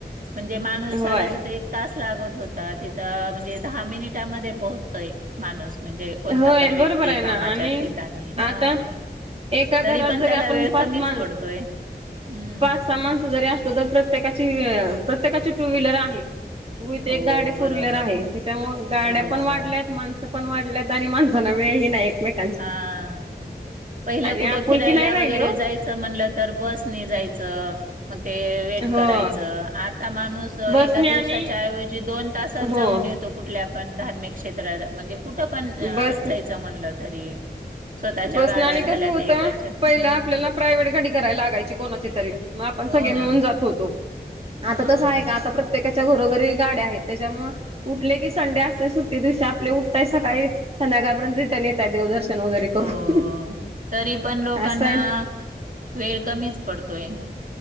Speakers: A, on the right; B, on the right.
A: म्हणजे माणूसाला
B: होय
A: जिथे तास लागत होता तिथं म्हणजे दहा मिनिटामध्ये पोहोचतोय माणूस. म्हणजे कोणता
B: होय
A: पण व्यक्ती
B: बरोबर आहे ना
A: कामाच्या
B: आणि
A: ठिकाणी हा.
B: आता एका घरात
A: तरी पण
B: जरी
A: त्याला
B: आपण
A: वेळ
B: पाच
A: कमीच
B: माण
A: पडतोय. हम्म
B: पाच सहा माणसं जरी असतो तर प्रत्येकाची प्रत्येकाची टूव्हीलर आहे. उय इथं
A: हो
B: एक गाडी फोरव्हीलर
A: बरोबर
B: आहे त्याच्यामुळे गाड्या
A: हो
B: पण वाढल्यात माणसं पण वाढल्यात. त्यांनी माणसानं वेळी ही नाय एकमेक
A: हा पहिलं कुठं
B: आपुलकी
A: फिरायला
B: नाही राहिली
A: वगैरे
B: हो
A: जाय चल म्हणलं तर बसनी जायचं मग ते वेट
B: हो
A: करायच आता माणूस एका
B: बसने आणि
A: दिवसाच्या ऐवजी दोन तासात
B: हो
A: जाऊन येतो. कुठल्या पण धार्मिक क्षेत्रात म्हणजे कुठं पण अ
B: बस
A: जायचं म्हणलं तरी स्वतःच्या
B: बसना
A: गाड्या
B: आणि
A: झाल्या
B: कसं होतं
A: ते एकाच्या
B: पहिला
A: हम्म
B: आपल्याला प्रायव्हेट गाडी कराय लागायची कोणाची तरी मग आपण
A: हो
B: सगळे
A: ना
B: मिळून जात होतो.
A: हा.
B: आता तसं आहे का आता प्रत्येकाच्या घरोघरी गाड्या आहेत त्याच्यामुळे उठले की संडे असते सुट्टी दिवशी आपले उठतय सकाळी संध्याकाळपर्यंत रिटर्न येतय देवदर्शन वगैरे करून
A: हो तरी पण लोकांना
B: असं आहे
A: वेळ कमीच पडतोय.